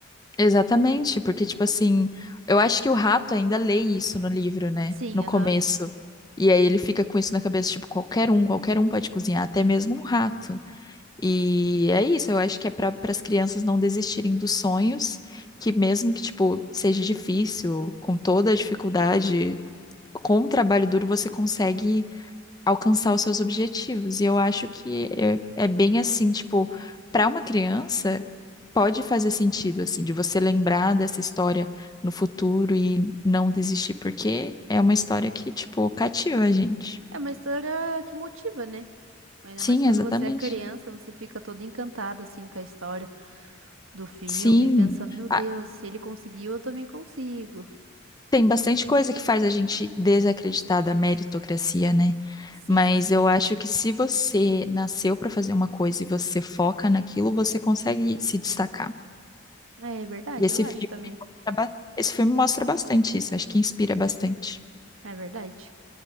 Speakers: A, on the left; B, on the right.
A: Exatamente, porque, tipo assim, eu acho que o rato ainda lê isso no livro, né?
B: Sim,
A: No
B: aham.
A: começo. E aí ele fica com isso na cabeça, tipo, qualquer um, qualquer um pode cozinhar, até mesmo um rato. E é isso, eu acho que é para as crianças não desistirem dos sonhos, que mesmo que, tipo, seja difícil, com toda a dificuldade, com o trabalho duro você consegue alcançar os seus objetivos. E eu acho que é, é bem assim, tipo, para uma criança pode fazer sentido assim de você lembrar dessa história no futuro e não desistir, porque é uma história que, tipo, cativa a gente.
B: É uma história que motiva, né? Ainda
A: Sim,
B: mais quando
A: exatamente.
B: você é criança, você fica todo encantado, assim, com a história do filme,
A: Sim.
B: pensando, meu Deus,
A: Ah,
B: se ele conseguiu, eu também consigo.
A: Tem bastante coisa que faz a gente desacreditar da meritocracia, né?
B: Sim.
A: Mas eu acho que se você nasceu para fazer uma coisa e você foca naquilo, você consegue se destacar.
B: É verdade,
A: E esse
B: eu acho
A: filme
B: também.
A: Esse filme mostra bastante isso, acho que inspira bastante.
B: É verdade.